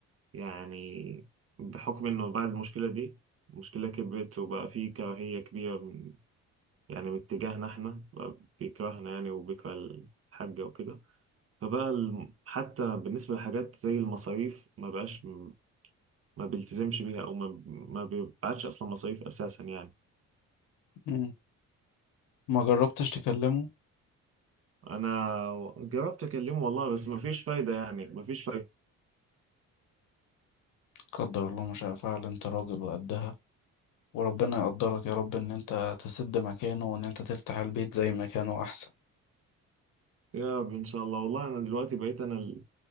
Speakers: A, on the right; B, on the left.
A: يعني بحكم انه بعد المشكله دي المشكله كبرت وبقى في كراهيه كبيره من... يعني من اتجاهنا احنا بقى بيكرهنا يعني وبيكره الحاجه وكده فبقى الم... حتى بالنسبه لحاجات زي المصاريف ما بقاش م- ما بيلتزمش بيها او ما ما بيبعتش اصلا مصاريف اساسا يعني
B: مم. ما جربتش تكلمه
A: انا جربت اكلمه والله بس ما فيش فايده يعني ما فيش فايده
B: قدر الله ما شاء فعل انت راجل وقدها وربنا يقدرك يا رب ان انت تسد مكانه وان انت تفتح البيت زي مكانه احسن
A: يا رب ان شاء الله والله انا دلوقتي بقيت انا